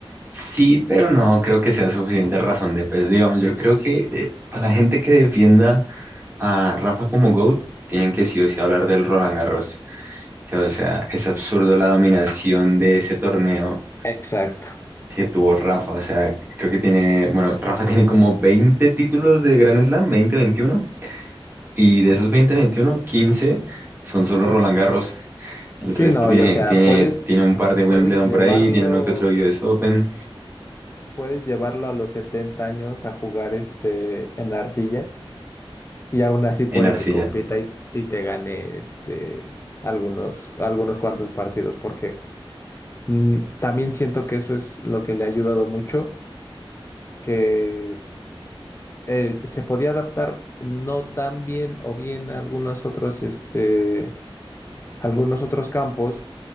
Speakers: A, on the right (about 25°); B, on the left (about 25°).
A: Sí, pero no creo que sea suficiente razón de peso. Digamos, yo creo que eh, a la gente que defienda a Rafa como GOAT, tienen que sí o sí hablar del Roland Garros. Que, o sea, es absurdo la dominación de ese torneo
B: Exacto.
A: que tuvo Rafa. O sea, creo que tiene, bueno, Rafa <laughs> tiene como 20 títulos de Grand Slam, 20, 21, y de esos 20, 21, 15 son solo Roland Garros. El
B: Sí,
A: resto
B: no,
A: tiene,
B: y o sea,
A: tiene,
B: puedes,
A: tiene un par de Wimbledon
B: puedes llevarlo,
A: por ahí, tiene uno que otro US Open
B: puedes llevarlo a los 70 años a jugar este en arcilla y aún así puede
A: en arcilla.
B: que compita y, y te gane este algunos, algunos cuantos partidos, porque mm, también siento que eso es lo que le ha ayudado mucho, que él se podía adaptar no tan bien o bien a algunos otros este algunos otros campos,